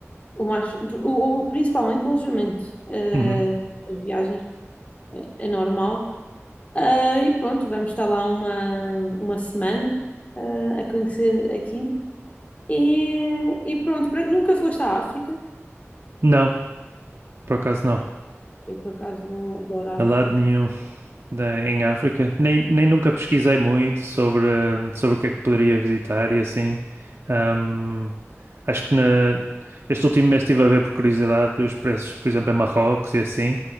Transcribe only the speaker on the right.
Uhum.
Não, por acaso não.
A
lado nenhum da- em África. Nem, nem nunca pesquisei muito sobre, hum, sobre o que é que poderia visitar e assim. Hum, acho que na, este último mês estive a ver por curiosidade os preços, por exemplo, em Marrocos e assim,